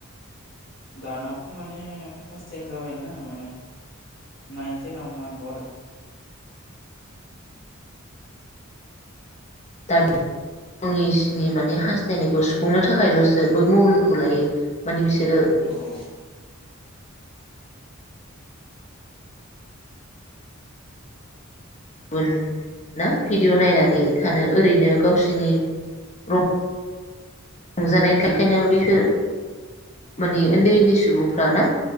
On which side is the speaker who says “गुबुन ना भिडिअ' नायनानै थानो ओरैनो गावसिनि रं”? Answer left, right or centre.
Left